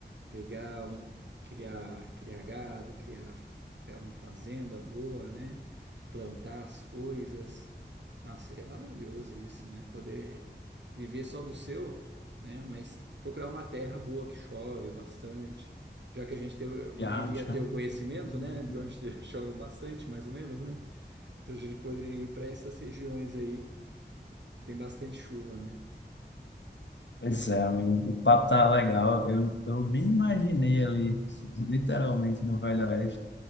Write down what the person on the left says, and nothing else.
Viagem,
né?
Pois é, amigo, o papo tá legal. Eu, eu me imaginei ali, <laughs> literalmente, no Velho Oeste,